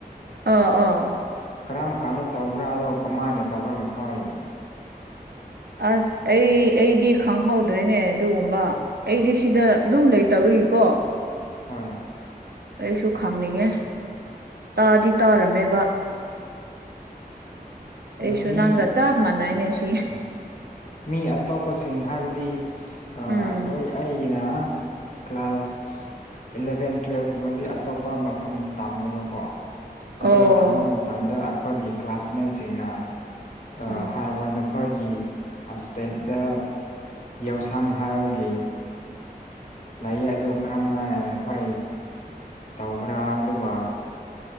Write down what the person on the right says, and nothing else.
ꯑ ꯑ
ꯑꯁ ꯑꯩ ꯑꯩꯗꯤ ꯈꯪꯍꯧꯗ꯭ꯔꯦꯅꯦ ꯑꯗꯨꯒꯨꯝꯕ ꯑꯩꯗꯤ ꯁꯤꯗ ꯑꯗꯨꯝ ꯂꯩꯇꯧꯔꯤꯒꯤꯀꯣ
ꯑꯩꯁꯨ ꯈꯪꯅꯤꯡꯉꯦ ꯇꯥꯗꯤ ꯇꯥꯔꯝꯃꯦꯕ
ꯑꯩꯁꯨ
ꯅꯪꯒ ꯆꯥꯞ ꯃꯥꯟꯅꯏꯅꯦ ꯁꯤ
ꯎꯝ
ꯑꯣ
ꯎꯝ